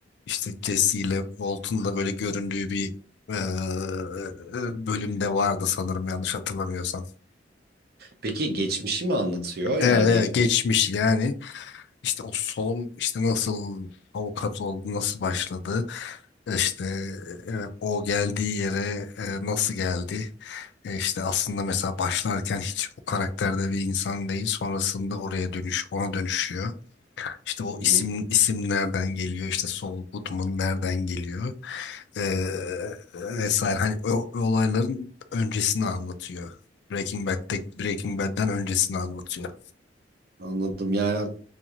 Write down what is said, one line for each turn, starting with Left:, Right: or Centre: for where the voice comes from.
Left: işte Jesse ile Walt'un da böyle göründüğü bir e, bölümde vardı sanırım yanlış hatırlamıyorsam.
Right: Peki geçmişi mi anlatıyor?
Left: Evet,
Right: Yani
Left: evet geçmiş yani. İşte o sol işte nasıl avukat oldu, nasıl başladı, işte e, o geldiği yere e, nasıl geldi. E, işte aslında mesela başlarken hiç o karakterde bir insan değil, sonrasında oraya dönüş, ona dönüşüyor. İşte o
Right: Hı
Left: isim
Right: hı.
Left: isim nereden geliyor, işte Saul Goodman nereden geliyor e, vesaire. Hani o, o olayların öncesini anlatıyor. Breaking Bad'de, Breaking Bad'den öncesini anlatıyor.
Right: anladım yani